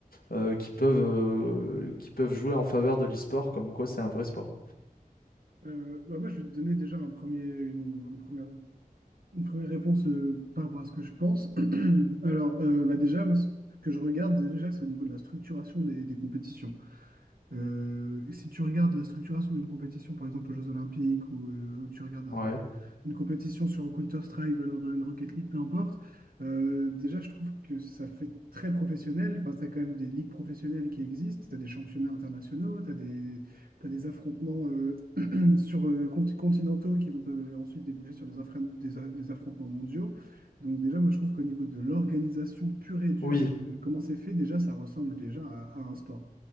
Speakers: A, on the left; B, on the right.
A: euh, qui peuvent, euh, qui peuvent jouer en faveur de l'e-sport, comme quoi c'est un vrai sport.
B: Euh, bah, moi, je vais te donner déjà un premier, une, une première, une première réponse euh, par rapport à ce que je pense. <clears throat> Alors, euh, bah, déjà, moi, ce que je regarde déjà, c'est au niveau de la structuration des, des compétitions. Euh, si tu regardes la structuration d'une compétition, par exemple aux Jeux Olympiques, ou, euh, ou tu regardes un-
A: Ouais.
B: une compétition sur Counter-Strike, Valorant, Rocket League, peu importe, euh, déjà je trouve que ça fait très professionnel. Enfin, c'est quand même des ligues professionnelles qui existent. Tu as des championnats internationaux, tu as des, t'as des affrontements euh, <clears throat> sur, euh, conti- continentaux qui vont te- ensuite déboucher sur des, affren- des a- des affrontements mondiaux. Donc déjà, moi je trouve qu'au niveau de l'organisation pure et dure
A: Oui,
B: de comment c'est fait, déjà ça ressemble déjà à à un sport.